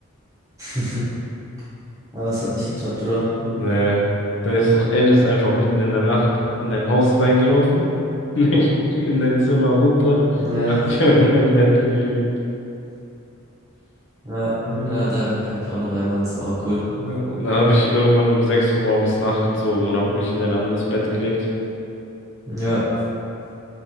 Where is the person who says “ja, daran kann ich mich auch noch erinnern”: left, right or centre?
Right